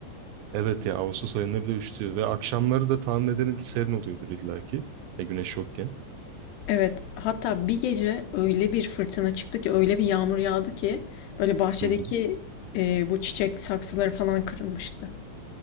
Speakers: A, on the right; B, on the left.
A: Evet ya Ağustos ayında bile üşütüyor ve akşamları da tahmin ederim ki serin oluyordur illaki. Ya güneş yokken.
B: Evet, hatta bir gece öyle bir fırtına çıktı ki, öyle bir yağmur yağdı ki böyle bahçedeki
A: Hı hı.
B: e, bu çiçek saksıları falan kırılmıştı.